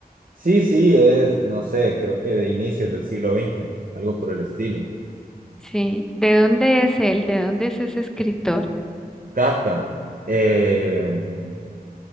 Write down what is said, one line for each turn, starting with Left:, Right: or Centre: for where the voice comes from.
Right: sí, sí, es, no sé, creo que de inicios del siglo XX, algo por el estilo.
Centre: Sí. ¿De dónde es él? ¿De dónde es ese escritor?
Right: Kafka. Eh,